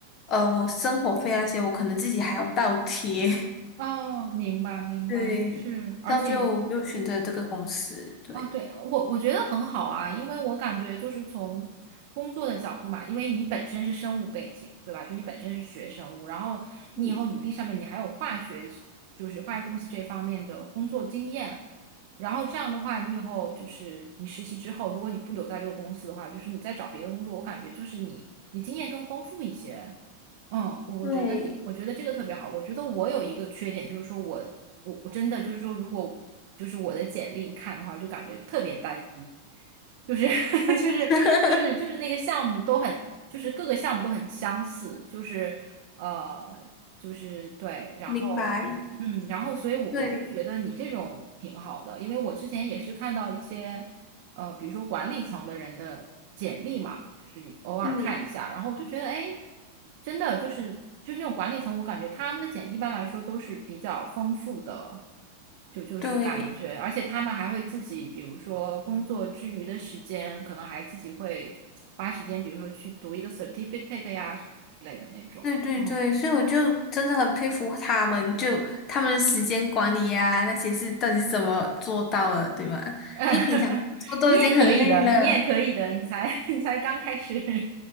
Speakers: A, on the left; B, on the right.
A: 呃，我生活费那些，我可能自己还要倒贴。<laughs>
B: 哦，明白明白，
A: 对，
B: 是，而且
A: 到最后我就选择这个公司。对，
B: 啊，对，我我觉得很好啊，因为我感觉就是从工作的角度嘛，因为你本身是生物背景，对吧？就你本身是学生物，然后你以后履历上面你还有化学，
A: 嗯，
B: 就是化学公司这方面的工作经验，然后这样的话，你以后就是你实习之后，如果你不留在这个公司的话，就是你再找别的工作，我感觉就是你你经验更丰富一些。嗯，我我觉得，
A: 对，
B: 我觉得这个特别好。我觉得我有一个缺点，就是说我我我真的就是说，如果就是我的简历看的话，就感觉特别单一，就是 <laughs>
A: 但是
B: 就是就是就是那个项目都很，
A: <laughs>
B: 就是各个项目都很相似，就是呃就是对，然后嗯，
A: 明白，
B: 然后所以我我就觉得你这种挺好的，
A: 对，
B: 因为我之前也是看到一些。呃，比如说管理层的人的简历嘛，就是偶尔看一下，
A: 嗯，
B: 然后我就觉得，哎，真的就是就那种管理层，我感觉他们的简历一般来说都是比较丰富的，就就是感觉，
A: 对。
B: 而且他们还会自己，比如说工作之余的时间，可能还自己会花时间，比如说去读一个 certificate 呀什么之类的那种，
A: 对对对，
B: 嗯。
A: 所以我就真的很佩服他们，就他们的时间管理呀那些是到底是怎么做到的，对吗？
B: <laughs>
A: 因为平常做都已经很累了，
B: 你也可以的，你也可以的，你才 <laughs> 你才刚开始。